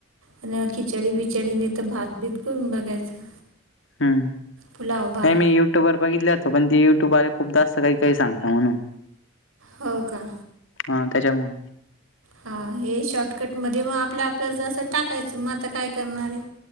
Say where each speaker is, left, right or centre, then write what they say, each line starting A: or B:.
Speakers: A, on the right; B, on the left.
A: आणि खिचडी बिचडीने तर भात भीत करून बघायचं.
B: हम्म
A: पुलाव भात
B: नाही मी युट्यूब वर बघितले होतो पण तेी युट्युबले खूप जास्त काही काही सांगता म्हणून.
A: हो का.
B: हा त्याच्यामूळ.
A: हा हे शॉर्टकट मध्ये मग आपल्या आपल्या ज असं टाकायचं मग आता काय करणार आहे.